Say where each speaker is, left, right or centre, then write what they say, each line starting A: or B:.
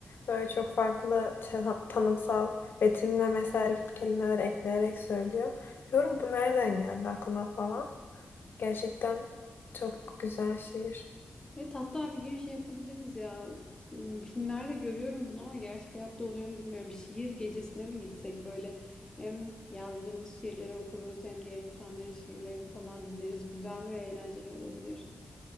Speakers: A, on the left (about 60°); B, on the left (about 15°).
A: böyle çok farklı ta- tanımsal, betimlemesel kelimeler ekleyerek söylüyor. Diyorum bu nereden geldi aklına falan. Gerçekten çok güzel şiir.
B: Evet hatta bir gün şey yapabiliriz ya Hmm, filmlerde görüyorum bunu ama gerçek hayatta oluyor mu bilmiyorum şiir gecesine mi gitsek böyle hem yazdığımız şiirleri okuruz hem diğer insanların şiirlerini falan dinleriz güzel ve eğlenceli olabilir.